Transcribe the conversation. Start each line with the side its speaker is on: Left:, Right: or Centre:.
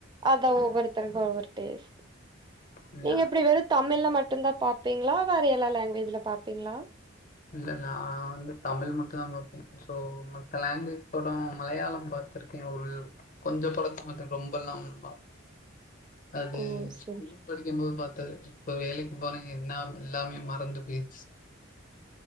Right: அத ஒவ்வொருத்தருக்கும் ஒவ்வொரு டேஸ்ட்
Left: இல்லயா
Right: நீங்க இப்டி வெறும் தமிழ்ல மட்டு தா பாப்பீங்களா வேற எல்லா லாங்குவேஜ்ல பாப்பீங்களா
Left: இல்ல நா வந்து தமிழ் மட்டு அங்க <unintelligible> சோ மத்த லாங்குவேஜ் படோ மலையாளோ படம் பாத்திருக்கே ஒரு கொஞ்ச படந்தா பாத்ருக்கே ரொம்பல்லா ஒன்னு பாக் அது
Right: ஓ செரி
Left: ஸ்கூல் படிக்கும் போது பாத்த து இப்ப வேலைக்கு போனா என்ன எல்லாமே மறந்து போயிர்ச்சி